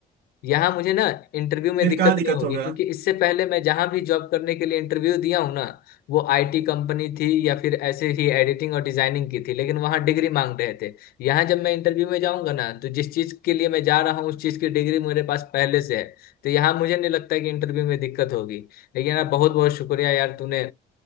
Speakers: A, on the left; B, on the right.
A: यहाँ मुझे ना इंटरव्यू में
B: फिर
A: दिक्कत
B: कहाँ दिक्कत
A: नहीं होगी
B: होगा
A: क्योंकि इससे पहले मैं जहाँ भी जॉब करने के लिए इंटरव्यू दिया हूँ ना वो आईटी कंपनी थी या फिर ऐसे ही एडिटिंग और डिजाइनिंग की थी लेकिन वहाँ डिग्री मांग रहे थे यहाँ जब मैं इंटरव्यू में जाऊँगा ना तो जिस चीज़ के लिए मैं जा रहा हूँ उस चीज़ की डिग्री मेरे पास पहले से है तो यहाँ मुझे नहीं लगता कि इंटरव्यू में दिक्कत होगी लेकिन यार बहुत बहुत शुक्रिया यार तूने